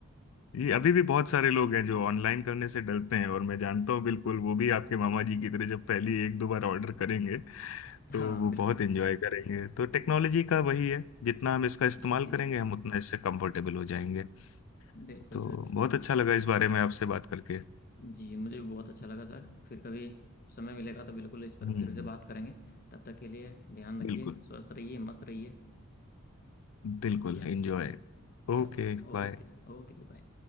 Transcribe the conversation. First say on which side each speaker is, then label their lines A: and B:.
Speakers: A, on the left; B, on the left.
A: ये
B: जी
A: अभी भी बहुत सारे लोग हैं जो ऑनलाइन करने से डरते हैं और मैं जानता हूँ बिल्कुल वो भी आपके मामा जी की तरह जब पहली एक दो बार ऑर्डर करेंगे तो
B: हाँ
A: वो
B: बिल्कुल
A: बहुत
B: बिल्कुल
A: एंजॉय करेंगे तो टेक्नोलॉजी
B: सही
A: का वही
B: बात
A: है जितना हम इसका इस्तेमाल
B: जी जी
A: करेंगे
B: जी बिल्कुल
A: हम उतना इससे कंफर्टेबल हो जाएंगे
B: बिल्कुल
A: तो
B: सर बिल्कुल
A: बहुत अच्छा लगा इस बारे में आपसे बात करके
B: जी मुझे भी बहुत अच्छा लगा सर फिर कभी समय मिलेगा तो बिल्कुल इस पर
A: हम्म
B: फिर से बात करेंगे तब तक के लिए ध्यान रखिए
A: बिल्कुल
B: स्वस्थ रहिए मस्त रहिए
A: बिल्कुल
B: ठीक है
A: एंजॉय
B: चलो
A: Okay
B: ओके
A: bye
B: ओके जी बाय